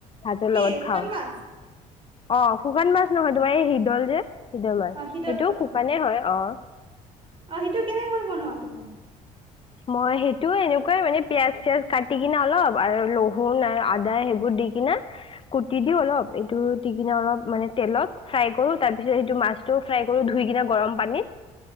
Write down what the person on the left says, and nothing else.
ভাতৰ
লগত
খাওঁ।
অ শুকান মাছ নহয় তোমাৰ এই শিদল যে শিদল মাছ
সেইটো
শুকানে হয়। অহ।
মই সেইটো এনেকুৱাই মানে পিয়াজ চিয়াজ কাটি কিনে অলপ আৰু লহুন আৰু আদা সেইবোৰ দি কিনা। কুটি দিও অলপ এইটো দি কিনে অলপ মানে তেলত ফ্ৰাই কৰো তাৰপিছত এইটো মাছ টো ফ্ৰাই কৰি ধুই কিনে গৰম পানীত,